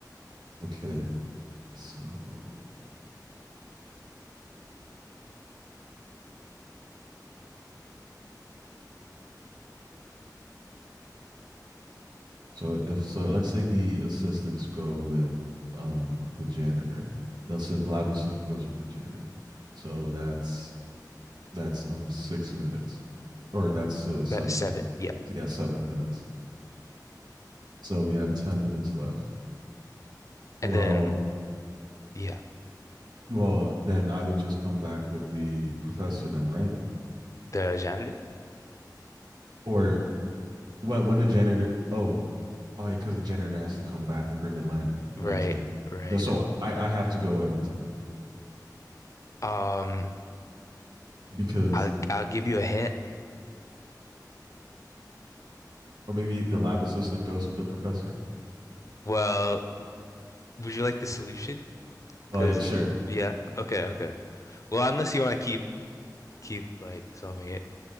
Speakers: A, on the right (about 80°); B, on the left (about 45°).
A: okay, so so if so, let's say the assistants go with um the janitor. They'll say the lab assistant goes with the janitor. So that's that's um six minutes, or that's uh, seven.
B: That's seven. Yeah.
A: Yeah, seven minutes. So we have ten minutes left.
B: And
A: Well,
B: then, yeah,
A: Well, then I would just come back with the professor then, right?
B: the janitor.
A: Or what when the janitor oh oh yeah, because the janitor has to come back and bring the lan-
B: Right,
A: lantern.
B: right.
A: No, so I, I have to go every time
B: Um,
A: because
B: I'll I'll give you a hint.
A: or maybe the lab assistant goes with the professor.
B: Well, would you like the solution? Cause
A: Oh yeah, sure.
B: yeah, okay, okay. Well, unless you want to keep keep like solving it.